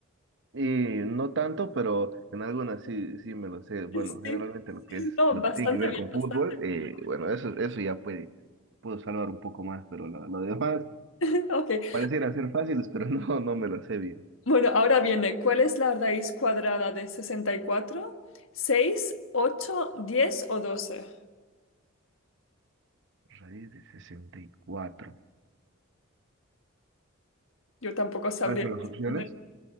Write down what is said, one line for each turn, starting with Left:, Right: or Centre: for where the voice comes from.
Right: Y no tanto, pero en algunas sí, sí me lo sé. Bueno,
Left: Sí,
Right: generalmente lo que
Left: sí,
Right: es,
Left: no,
Right: lo
Left: bastante
Right: que tiene que ver
Left: bien,
Right: con fútbol,
Left: bastante
Right: eh,
Left: bien.
Right: bueno, eso, eso ya puede, puedo salvar un poco más, pero lo, lo demás
Left: <laughs> Ok.
Right: pareciera ser fáciles, <laughs> pero no, no me lo sé bien.
Left: Bueno, ahora viene, ¿cuál es la raíz cuadrada de 64? 6, 8, 10 o 12.
Right: Raíz de 64.
Left: Yo tampoco sabría
Right: ¿Cuáles son las
Left: responder.
Right: opciones?